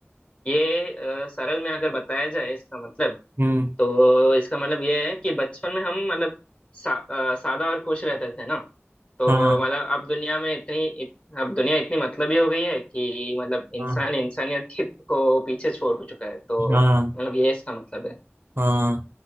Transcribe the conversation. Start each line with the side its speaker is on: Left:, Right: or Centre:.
Left: ये अ, सरल में अगर बताया जाए इसका मतलब
Right: हम्म
Left: तो इसका मतलब ये है कि बचपन में हम मतलब सा, अ, सादा और खुश रहते थे ना तो
Right: हाँ
Left: मतलब अब दुनिया में इतनी इत, अब दुनिया इतनी मतलबी हो गई है कि मतलब इंसान
Right: हाँ
Left: इंसानियत की को पीछे छोड़ चुका है तो
Right: हाँ
Left: मतलब ये इसका मतलब है
Right: हाँ